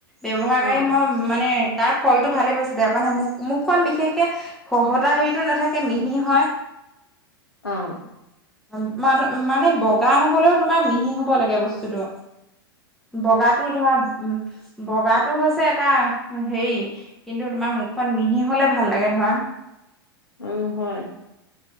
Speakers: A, in the centre; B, on the left.
A: ব্যৱহাৰ
B: অ
A: কৰি মই মানে তাৰ ফলটো ভালে পাইছো বেয়া পোৱা নাই মোক মুখখন বিশেষ। খহতা হেৰিতো নাথাকে মিহি হয়।
B: অ
A: ম মানে বগা নহলেও তোমাৰ মিহি হ'ব লাগে বস্তুটো। বগাটো ধৰা উ বগাটো হৈছে এটা হেৰি কিন্তু তোমাৰ মুখখন মিহি হলে ভাল লাগে। ধৰা
B: অ হয়